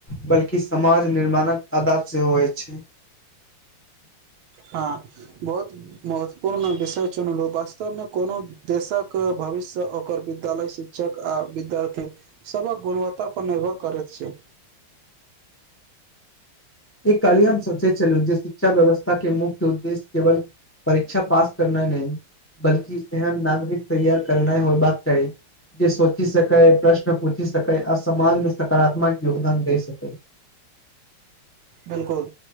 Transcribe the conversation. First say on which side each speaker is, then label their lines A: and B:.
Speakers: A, on the left; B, on the right.
A: बल्कि समाज निर्माणक आधार सेहो होइ छै
B: हँ बहुत महत्वपूर्ण विषय चुनलहुँ वास्तवमे कोनो देशक भविष्य ओकर विद्यालय शिक्षा आ विद्यार्थी सबक गुणवत्ता पर निर्भर करैत छै
A: एक काल्हि हम सोचे छलहु जे शिक्षा व्यवस्था के मुख्य उद्देश्य केवल परीक्षा पास करना नहि बल्कि एहन नागरिक तैयार करनाइ होयबाक चाही जे सोचि सकै प्रश्न पूछि सकै आ समान सकारात्मक योगदान दे सकै <inaudible>
B: बिलकुल